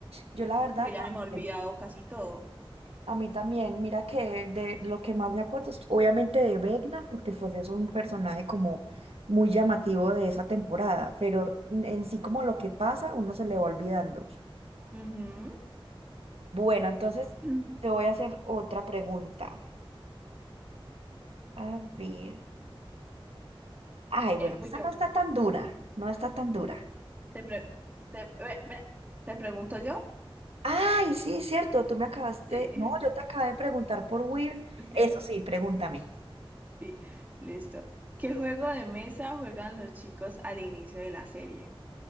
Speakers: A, on the right (about 85°); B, on the right (about 20°).
A: Yo la verdad
B: porque ya
A: también,
B: se me ha olvidado casi todo.
A: a mí también, mira que de lo que más me acuerdo es obviamente de Vecna, porque pues es un personaje como muy llamativo de esa temporada, pero en sí como lo que pasa, uno se le va olvidando.
B: Ujú.
A: Bueno, entonces
B: <clears throat>
A: te voy a hacer otra pregunta. A ver. Ay,
B: Eh,
A: bueno,
B: voy
A: esta
B: yo.
A: no está tan dura, no está tan dura.
B: Te, pre- te, ve- ve- ¿te pregunto yo?
A: Ay, sí, cierto, tú me acabaste,
B: Sí,
A: no, yo te acabé de preguntar por Will.
B: <laughs>
A: Eso
B: sí,
A: sí, pregúntame.
B: sí. Listo. ¿Qué juego de mesa juegan los chicos al inicio de la serie?